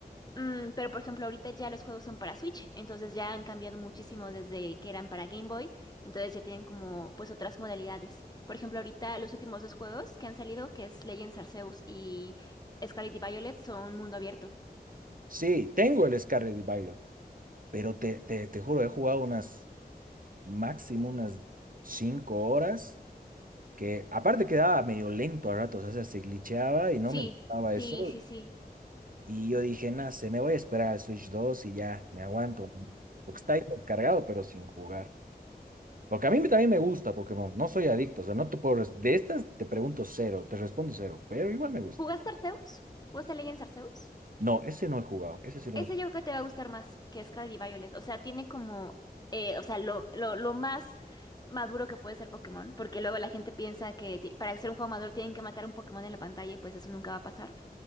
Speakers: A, on the left; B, on the right.
A: Mm, pero por ejemplo, ahorita ya los juegos son para Switch, entonces ya han cambiado muchísimo desde que eran para Game Boy, entonces ya tienen como pues otras modalidades. Por ejemplo, ahorita los últimos dos juegos que han salido, que es Legends Arceus y Scarlet y Violet, son mundo abierto.
B: Sí, tengo el Scarlet y Violet, pero te, te, te juro, he jugado unas, máximo unas 5 horas, que aparte quedaba medio lento a ratos, o sea, se glitcheaba y no
A: Sí,
B: me gustaba
A: sí,
B: eso.
A: sí, sí.
B: Y yo dije, nada, se me voy a esperar al Switch dos y ya, me aguanto. ¿no?". Porque está ahí descargado, pero sin jugar. Porque a mí me- también me gusta Pokémon, no soy adicto, o sea, no te puedo... res- De estas te pregunto cero, te respondo cero, pero igual me gusta.
A: ¿Jugaste Arceus? ¿Jugaste Legends Arceus?
B: No, ese no he jugado, ese es el
A: Ese
B: único.
A: yo creo que te va a gustar más que Scarlet y Violet. O sea, tiene como, eh, o sea, lo, lo, lo más maduro que puede ser Pokémon, porque luego la gente piensa que ti- para ser un juego maduro tienen que matar un Pokémon en la pantalla y pues eso nunca va a pasar.